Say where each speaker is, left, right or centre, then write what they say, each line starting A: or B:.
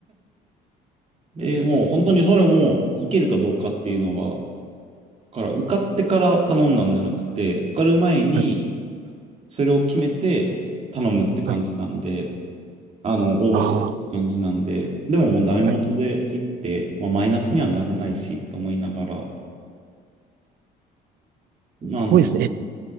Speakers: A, on the right; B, on the right.
A: で、もう本当にそれをもう、いけるかどうかっていうのは、から、受かってから頼んだんじゃなくて、受かる前に、
B: はい、
A: それを決めて頼むって感じなんで、
B: はい。
A: あの、応募するって感じなんで、
B: ああ、
A: でももうダメ元で行って、
B: はい。
A: まあ、マイナスにはならないし、と思いながら、なんで、
B: すごいですね。
A: そう
B: え、